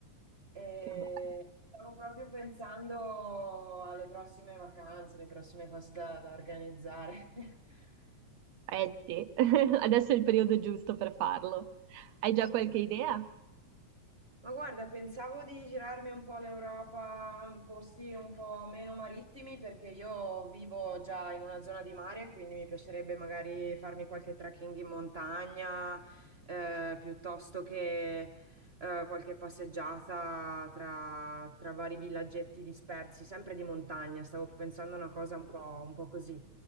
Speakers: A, on the right; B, on the right.
A: E
B: Che bello.
A: stavo proprio pensando alle prossime vacanze, le prossime cose da, da organizzare. <laughs>
B: Eh sì, <laughs> adesso è il periodo giusto per farlo. Hai già
A: Sì.
B: qualche idea?
A: Ma guarda, pensavo di girarmi un po' l'Europa in posti un po' meno marittimi perché io vivo già in una zona di mare, quindi mi piacerebbe magari farmi qualche trekking in montagna, eh, piuttosto che eh, qualche passeggiata tra, tra vari villaggetti dispersi, sempre di montagna. Stavo pensando a una cosa un po', un po' così.